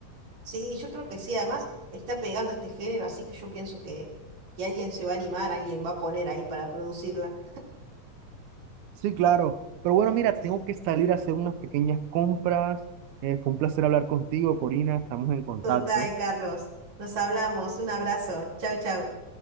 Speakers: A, on the right (about 60°); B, on the right (about 75°).
A: Sí, yo creo que sí, además está pegando este género, así que yo pienso que, que alguien se va a animar, alguien va a poner ahí para producirla.
B: Sí, claro. Pero bueno, mira,
A: Sí.
B: tengo que salir a hacer unas pequeñas compras. Eh, fue un placer hablar contigo, Corina. Estamos en contacto.
A: Total, Carlos. Nos hablamos. Un abrazo. Chau, chau.